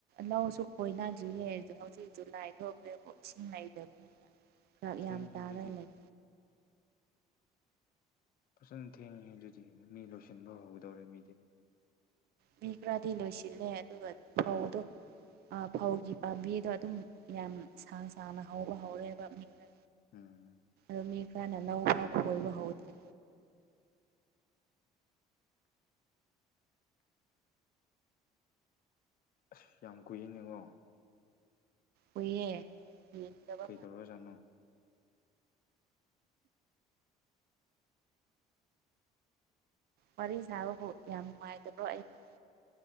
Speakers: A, on the right; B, on the left.
A: ꯂꯧꯁꯨ ꯈꯣꯏꯅꯗ꯭ꯔꯤꯌꯦꯦ ꯑ ꯍꯧꯖꯤꯛꯁꯨ ꯂꯥꯏꯗꯕ꯭ꯔꯦꯕ ꯏꯁꯤꯡ ꯉꯗꯕ
B: <inaudible>
A: ꯄꯨꯞ ꯌꯥꯝ ꯆꯥꯔꯦ
B: ꯑꯗꯨꯗꯤ
A: ꯂꯩ
B: ꯐꯖꯅ ꯊꯦꯡꯉꯤꯦ ꯑꯗꯨꯗꯤ ꯃꯤ ꯂꯣꯏꯁꯤꯟꯕ ꯍꯧꯗꯧꯔꯦ ꯃꯤꯗꯤ
A: ꯃꯤ ꯈꯔꯗꯤ ꯂꯣꯏꯁꯤꯜꯂꯦ ꯑꯗꯨꯒ ꯐꯧꯗ ꯐꯧꯒꯤ ꯄꯥꯝꯕꯤꯗꯣ ꯑꯗꯨꯝ ꯌꯥꯝ ꯁꯥꯡ ꯁꯥꯡꯅ ꯍꯧꯕ ꯍꯧꯔꯦꯕ ꯃꯤ ꯈ
B: ꯎꯝ
A: ꯑꯗꯨ ꯃꯤ ꯈꯔꯅ ꯂꯧ ꯐꯥꯎ ꯈꯣꯏꯕ ꯍꯧꯗ꯭ꯔꯤ
B: ꯑꯁ ꯌꯥꯝ ꯀꯨꯏꯖꯩꯅꯤꯀꯣ
A: ꯑꯣꯏꯦ ꯌꯦ ꯇꯕ
B: ꯀꯩ ꯇꯧꯔꯖꯥꯠꯅꯣ
A: ꯋꯥꯔꯤ ꯁꯥꯕꯕꯨ ꯌꯥꯝ ꯅꯨꯡꯉꯥꯏꯇ꯭ꯔꯣ ꯑꯩꯅ